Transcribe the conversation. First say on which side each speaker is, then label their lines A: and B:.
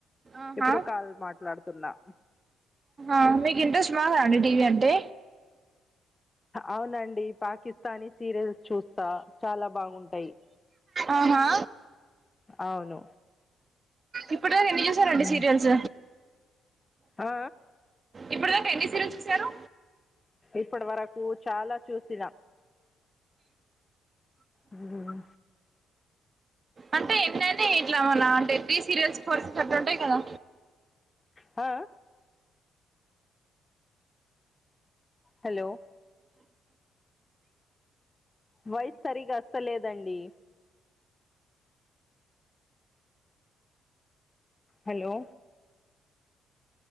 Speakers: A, on the right; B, on the left.
A: ఆహా
B: ఇప్పుడు కాల్ మాట్లాడుతున్నా
A: ఆమీకు ఇంట్రెస్ట్ బాగా అండి టీవీ అంటే
B: అవునండి పాకిస్తానీ సీరియల్స్ చూస్తా చాలా బాగుంటాయి
A: ఆహా
B: అవును
A: ఇప్పుడు దాకా ఎన్ని చూసారండి
B: ఉమ్.
A: సీరియల్స్
B: ఆ
A: ఇప్పుడు దాకా ఎన్ని సీరియల్స్ చూసారు
B: ఇప్పటి వరకు చాలా చూసిన హుమ్ హు
A: అంటే ఎన్నన్నిఇట్లా మనఅంటే ప్రీ సీరియల్స్ ఫస్ట్ అట్టఉంటాయి కదా
B: ఆ హలో వాయిసు సరిగా వస్తలేదండి హలో